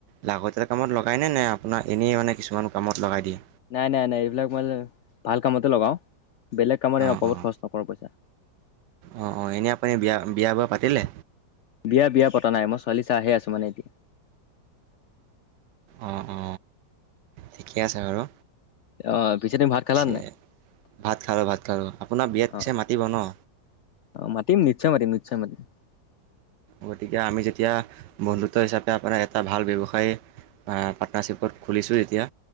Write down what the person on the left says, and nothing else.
নাই, নাই, নাই। এইবিলাক মানে ভাল কামতে লগাও। বেলেগ কামত
অপাবত
খৰচ নকৰো পইচা।
বিয়া-বিয়া পতা নাই। মই ছোৱালী চাইহে আছো মানে এতি
অ। পিছে তুমি ভাত
খালা নে নাই
অ
অ মাতিম নিশ্চয় মাতিম নিশ্চয় মাতিম।